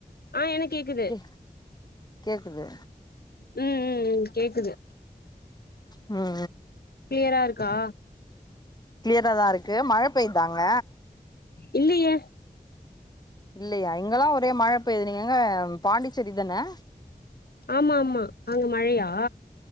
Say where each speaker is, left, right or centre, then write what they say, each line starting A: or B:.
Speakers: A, on the left; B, on the left.
A: ஆ எனக் கேக்குது
B: கே கேக்குது
A: ம் ம் ம் கேக்குது
B: ம்ஆ
A: கிளியரா இருக்கா
B: கிளியரா தா இருக்கு மழ பேய்தாங்க
A: இல்லையே
B: இல்லையா இங்கெல்லா ஒரே மழ பெய்து நீங்க எங்க பாண்டிச்சேரி தான
A: ஆமா ஆமா அங்க மழையா